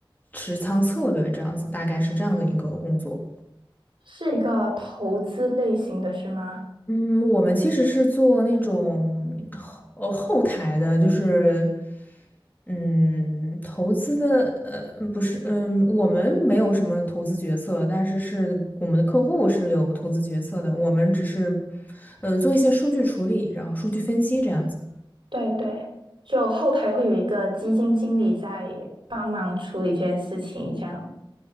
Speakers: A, on the left; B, on the right.
A: 持仓策略，这样子大概是这样的一个工作。
B: 是一个投资类型的是吗？
A: 嗯，我们其实是做那种后呃后台的，就是嗯投资的呃不是嗯我们没有什么投资决策，但是是我们的客户是有投资决策的，我们只是呃做一些数据处理，然后数据分析这样子。
B: 对对，就后台会有一个基金经理在帮忙处理这件事情，这样。